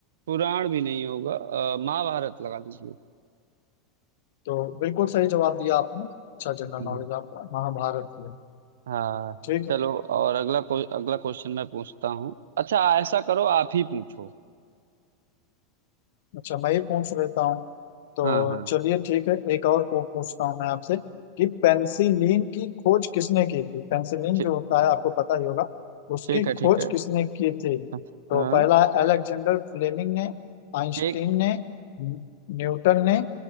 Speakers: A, on the right; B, on the left.
A: पुराण भी नहीं होगा अ, महाभारत लगा दीजिए
B: तो बिल्कुल सही जवाब दिया आपने अच्छा जनरल
A: हम्म।
B: नॉलेज आपका महाभारत ही है
A: हाँ
B: ठीक
A: चलो
B: है
A: और अगला क्वे- अगला क्वेश्चन मैं पूछता हूँ अच्छा ऐसा करो आप ही पूछो
B: अच्छा मैं ही पूछ लेता हूँ तो
A: हाँ हाँ
B: चलिए ठीक है एक और पू- पूछता हूँ मैं आपसे कि पेनिसिलिन की खोज किसने की थी पेनिसिलिन
A: ठीक
B: जो होता है आपको पता ही होगा उसकी
A: ठीक है
B: खोज
A: ठीक है
B: किसने की थी
A: हाँ
B: तो
A: हाँ,
B: पहला अलेक्जेंडर फ्लेमिंग ने आइंस्टीन
A: ठीक
B: ने न्यू- न्यूटन ने